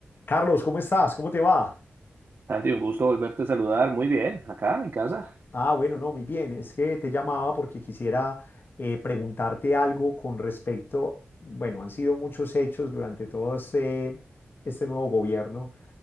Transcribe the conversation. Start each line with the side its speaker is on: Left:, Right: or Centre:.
Left: Carlos, ¿cómo estás? ¿Cómo te va?
Right: Santi, un gusto volverte a saludar. Muy bien, acá en casa.
Left: Ah, bueno, no, muy bien. Es que te llamaba porque quisiera eh, preguntarte algo con respecto, bueno, han sido muchos hechos durante todo este, este nuevo gobierno,